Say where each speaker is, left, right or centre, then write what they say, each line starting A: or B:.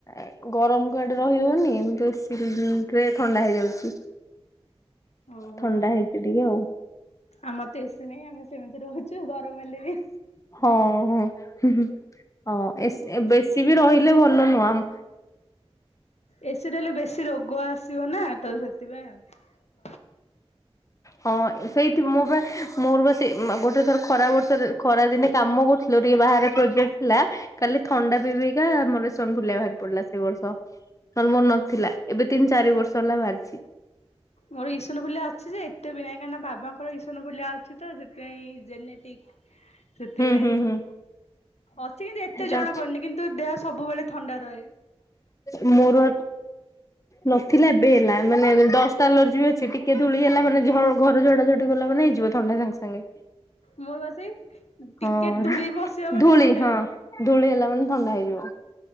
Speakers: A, on the left (about 30°); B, on the left (about 80°).
A: ଏ। ଗରମ କୁ ଆଡେ ରହିି ହଉନି ଏମିତି ଏସି <unintelligible> ରେ ଥଣ୍ଡା ହେଇଯାଉଛି।
B: ଓହୋ
A: ଥଣ୍ଡା ହେଇଛି ଟିକେ ଆଉ
B: ଆମର ତ ଏସି ନାଇଁ ଆମେ ସେମିତି ରହୁଛୁ ଗରମ ହେଲେ ବି।
A: ହଁ ହଁ ହୁଁ ହୁଁ ହଁ ଏସି ବେଶୀ ବି ରହିଲେ ଭଲ ନୁହୁଁ ଆମ
B: ଏସିରେ ରହିଲେ ବେଶି ରୋଗ ଆସିବ ନା। ତ ସେଥିପାଇଁ ଆଉ।
A: ହଁ ସେଇ ଠୁ ମୁଁ ବା ମୋର ବା ସେ ମା-ଗୋଟେ ଥର ଖରା ବର୍ଷାରେ ଖରା ଦିନେ କାମ କରୁଥିଲେ ଟିକେ ବାହାରେ ପ୍ରୋଜେକ୍ଟ ଥିଲା ଖାଲି ଥଣ୍ଡା ପିଇପିଇକା ମୋର ଇସନଫୁଲିଆ ବାହାରି ପଡିଲା ସେଇ ବର୍ଷଲେ ନହେଲେ ମୋର ନଥିଲା ଏବେ ତିନି ଚାରି ବର୍ଷ ହେଲା। ବାହାରିଛି।
B: ମୋର ଇସନଫୁଲିଆ ଅଛି ଯେ ଏତେ ବି ନାହିଁ କାହିଁକି ନା ବାବାଙ୍କ ମୋର ଇସନଫୁଲିଆ ଅଛି ତ ସେଥିପାଇଁ ଜେନେଟିକ ସେଥିପାଇଁ
A: ହୁଁ ହୁଁ ହୁଁ।
B: ଅଛି କିନ୍ତୁ ଏତେ
A: ଯାଉଛି।
B: ଜଣା ପଡୁନି କିନ୍ତୁ ଦେହ ସବୁବେଳେ ଥଣ୍ଡା ରହେ।
A: ମୋର ନଥିଲା ଏବେ ହେଲା। ମାନେ ଡଷ୍ଟ ଆଲର୍ଜି ବି ଅଛି ଟିକେ ଧୂଳି ହେଲା ମାନେ ଝ-ଘର ଝଡା ଝଡି କଲା ମାନେ ହେଇଯିବ ଥଣ୍ଡା ସାଙ୍ଗେ ସାଙ୍ଗେ।
B: ମୋର ବା ସେ
A: ହଁ
B: ଟିକେ ଧୂଳି ବସିବ ମାନେ
A: ଧୂଳି
B: ଥଣ୍ଡା
A: ହଁ
B: ହେଇଯିବ।
A: ଧୂଳି ହେଲା ଥଣ୍ଡା ହେଇଯିବ।